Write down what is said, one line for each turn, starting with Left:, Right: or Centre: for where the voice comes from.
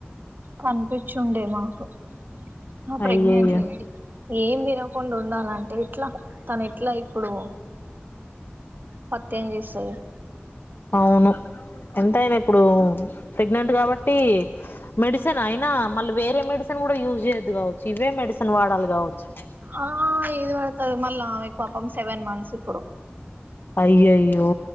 Right: కనిపించుండే మాకు ఆ ప్రెగ్నెంట్
Left: అయ్యయ్యో
Right: లేడి ఏం దినవ్ కొండ్ ఉండాలంటే ఎట్లా తను ఎట్లా ఇప్పుడు పత్ ఏం జేస్ తది
Left: అవును ఎంతయినా ఇప్పుడు ప్రెగ్నెంట్ కాబట్టి మెడిసిన్ అయినా, మళ్ళీ వేరే మెడిసిన్ కూడా యూజ్ చేయొద్దు కావచ్చు, ఇవే మెడిసిన్ వాడాలి కావొచ్.
Right: ఆ ఇది వడ్ తది మళ్ళా ఆమెక్ పాపం సెవెన్ మంత్స్ ఇప్పుడు
Left: అయ్యయ్యో